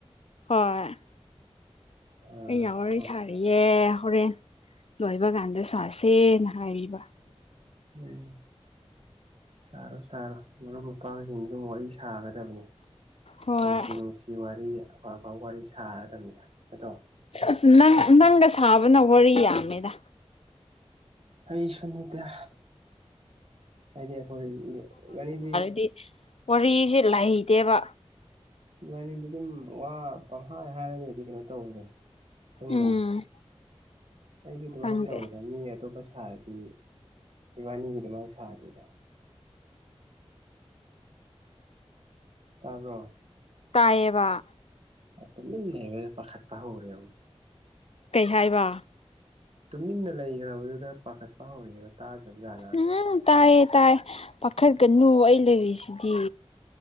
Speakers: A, on the left (about 70°); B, on the right (about 65°).
A: ꯍꯣꯏ
B: ꯑꯥ
A: ꯑꯩ ꯌꯥꯎꯣꯏ
B: ꯑꯣ
A: ꯁꯥꯔꯤꯌꯦꯦ ꯍꯣꯔꯦꯟ ꯂꯣꯏꯕ ꯀꯥꯟꯗ ꯁꯥꯁꯦꯅ ꯍꯥꯏꯔꯤꯕ
B: ꯎꯝ ꯁꯥꯔꯣ ꯁꯥꯔꯣ ꯃꯔꯨꯞ ꯃꯄꯥꯡꯁꯤꯡꯗꯨ ꯑꯗꯨꯝ ꯋꯥꯔꯤ ꯁꯥꯒꯗꯕꯅꯤ
A: ꯍꯣꯏ
B: ꯅꯨꯡꯁꯤ ꯅꯨꯡꯁꯤ ꯋꯥꯔꯤ ꯑꯐ ꯑꯐꯕ ꯋꯥꯔꯤ ꯁꯥꯔꯗꯕꯅꯤꯅ ꯅꯠꯇ꯭ꯔꫭ
A: ꯑꯁ ꯅꯪ ꯅꯪꯒ ꯁꯥꯕꯅ ꯋꯥꯔꯤ ꯌꯥꯝꯃꯦꯗ
B: ꯑꯩ ꯁꯨꯅꯤꯗ ꯍꯥꯏꯗꯗꯤ ꯍꯣꯏ ꯃꯅꯤꯗꯤ
A: ꯗꯤ ꯋꯥꯔꯤꯁꯤ ꯂꯥꯏꯇ‌ꯦꯕ
B: ꯏꯕꯥꯅꯤꯗꯤ ꯑꯗꯨꯝ ꯋꯥ ꯄꯪꯍꯥꯏ ꯍꯥꯏꯔꯒꯗꯤ ꯀꯩꯅꯣ ꯇꯧꯕꯅꯦ ꯈꯪꯗꯦꯅꯦ
A: ꯎꯝ
B: ꯑꯩꯁꯨ ꯑꯗꯨꯃꯥꯏꯅ
A: ꯈꯪꯗꯦ
B: ꯇꯧꯋꯤꯗ ꯃꯤ ꯑꯇꯣꯞꯄ ꯁꯥꯔꯗꯤ ꯏꯕꯥꯅꯤꯒꯤ ꯑꯗꯨꯃꯥꯏ ꯁꯥꯗꯦꯗ ꯇꯥꯕ꯭ꯔꯣ
A: ꯇꯥꯕ <inaudible>
B: ꯇꯨꯃꯤꯟ ꯂꯩꯒ꯭ꯔꯖꯤꯗ ꯄꯥꯈꯠꯄ ꯍꯧꯔꯦꯕ
A: ꯀꯩ ꯍꯥꯏꯕ
B: ꯇꯨꯃꯤꯟꯅ ꯂꯩꯈ꯭ꯔꯕꯗꯨꯗ ꯄꯥꯈꯠꯄ ꯍꯧꯔꯦꯕ ꯇꯥꯗ꯭ꯔꯕ ꯖꯥꯠꯂꯥꯅ
A: ꯎꯝ ꯇꯥꯏꯌꯦ ꯇꯥꯏ ꯄꯥꯈꯠꯀꯅꯨ ꯑꯩ ꯂꯩꯔꯤꯁꯤꯗꯤ